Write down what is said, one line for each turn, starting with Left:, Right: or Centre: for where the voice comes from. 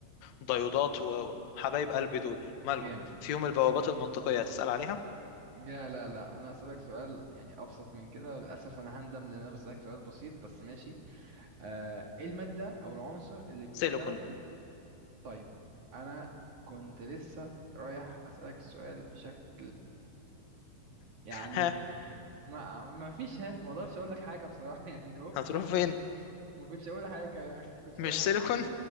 Left: وديودات وحبايب قلبي دول مالهم
Right: جامد
Left: فيهم البوابات المنطقية هتسأل عليها
Right: لا لا لا انا اسألك سؤال يعني ابسط من كده وللاسف انا هندم لان انا بسألك سؤال بسيط بس ماشي آه، ايه المادة او العنصر اللي بيستخدم
Left: سيليكون
Right: طيب انا كنت لسه رايح اسألك السؤال بشكل يعني
Left: ها
Right: <laughs> ما ما فيش ها ما اقدرش اقول لك حاجة بصراحة <laughs> يعني جاوبت
Left: هتروح
Right: صح
Left: فين
Right: بقى. ما كنتش اقول حاجة يا اخي ما كنتش
Left: مش
Right: اقول حاجة
Left: سيليكون